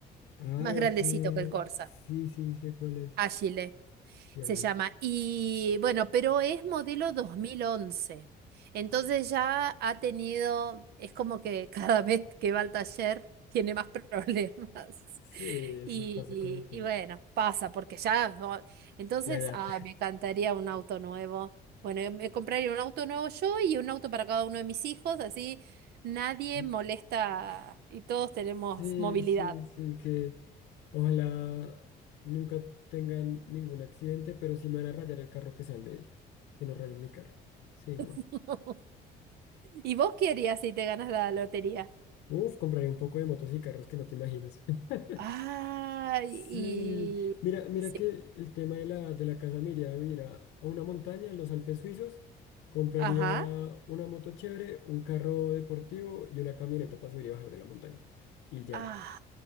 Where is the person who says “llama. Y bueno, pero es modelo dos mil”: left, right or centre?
Right